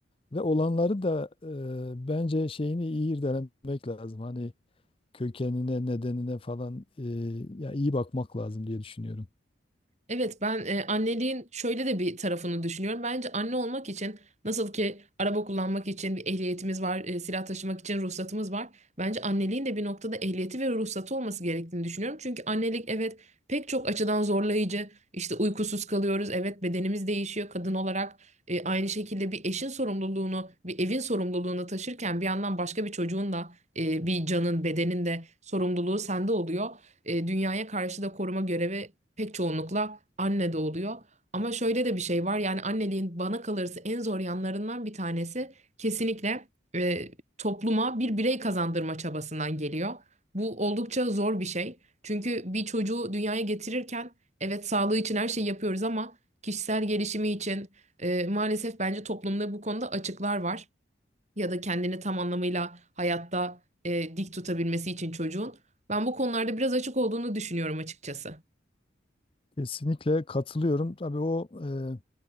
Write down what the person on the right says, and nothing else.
Evet ben e, anneliğin şöyle de bir tarafını düşünüyorum. Bence anne olmak için nasıl ki araba kullanmak için bir ehliyetimiz var, e, silah taşımak için ruhsatımız var. Bence anneliğin de bir noktada ehliyeti ve ruhsatı olması gerektiğini düşünüyorum. Çünkü annelik evet pek çok açıdan zorlayıcı. İşte uykusuz kalıyoruz. Evet bedenimiz değişiyor kadın olarak. E, aynı şekilde bir eşin sorumluluğunu, bir evin sorumluluğunu taşırken bir yandan başka bir çocuğun da e, bir canın, bedenin de sorumluluğu sende oluyor. E, dünyaya karşı da koruma görevi pek çoğunlukla anne de oluyor. Ama şöyle de bir şey var yani anneliğin bana kalırsa en zor yanlarından bir tanesi kesinlikle e, topluma bir birey kazandırma çabasından geliyor. Bu oldukça zor bir şey. Çünkü bir çocuğu dünyaya getirirken evet sağlığı için her şeyi yapıyoruz ama kişisel gelişimi için e, maalesef bence toplumda bu konuda açıklar var ya da kendini tam anlamıyla hayatta e, dik tutabilmesi için çocuğun. Ben bu konularda biraz açık olduğunu düşünüyorum açıkçası.